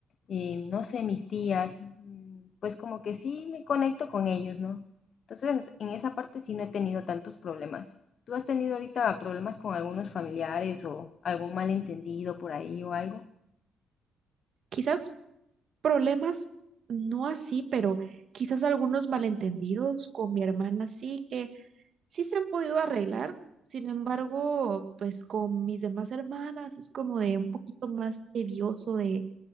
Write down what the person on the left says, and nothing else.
eh, no sé, mis tías, mm, pues como que sí me conecto con ellos, ¿no? Entonces, en esa parte sí no he tenido tantos problemas. ¿Tú has tenido ahorita problemas con algunos familiares o algún malentendido por ahí o algo?